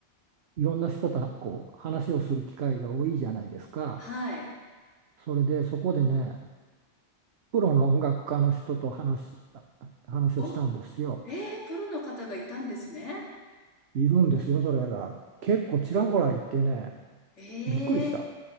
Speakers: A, on the right; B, on the left.
A: いろんな人とこう話をする機会が多いじゃないですか。
B: はい。
A: それでそこでね、プロの音楽家の人と話、話をしたんですよ。
B: お、えー、プロの方がいたんですね。
A: いるんですよ、それが。結構ちらほらいてね、
B: おええ
A: びっくりした。